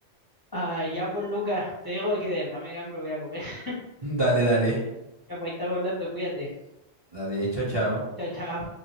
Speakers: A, on the left (about 30°); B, on the right (about 30°).
A: Ah, ya pues Lucas, te digo que de verdad me dio hambre, voy a ir a comer. <laughs>
B: Dale, dale.
A: Ya pues ahí estamos hablando, cuídate.
B: Dale, chao, chao.
A: Chao, chao.